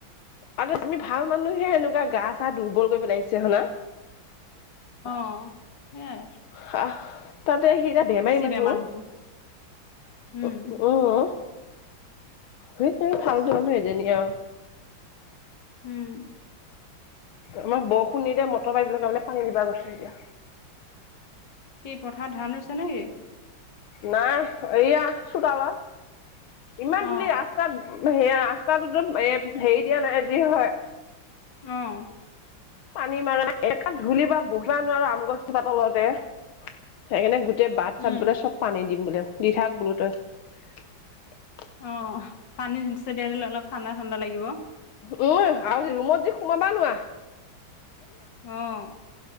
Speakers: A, on the left; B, on the left.
A: আৰু তুমি ভাল মানুহে, এনেকুৱা গা-চা দুৰ্বল কৰি পেলাইছে হইনা?
B: অঁ, হেয়াই।
A: হাহ তাতে সি এতিয়া বেমাৰী মানুহ।
B: বেমাৰ হৈছে উম
A: উ উম সেইত্‌ তেৰি, ফাল্টোমানুহ এজনি আও।
B: হোঁম
A: আমাৰ বৰষুণ নিদিয়া, মটৰপাইপ লগাবলে পানী দিবা গৈছে এতিয়া।
B: কি পথাৰত ধান ৰোইছে নেকি?
A: নাই। এইয়া, চোতালত। ইমান
B: অ
A: ধূলি ৰাস্তাত, সেইয়া ৰাস্তাতোটোত এ হেৰি দিয়া নাই। যি হ'য়
B: অঁ।
A: পানীমাৰা নাই। একা ধূলিপা বহিবা নোৱাৰো আম গছজোপা তলতে। সেইকাৰণে গো গোটেই বাট-চাত
B: উম
A: বোলে চব পানী দিম বোলে। দি থাক বোলো তই।
B: অঁ--অঁহ পানী জোছে তিয়াই দিলে অলপ ঠাণ্ডা ঠাণ্ডা লাগিব।
A: উম এ আৰু যে ৰোমত যে সোমাবা নোৱা।
B: অঁ,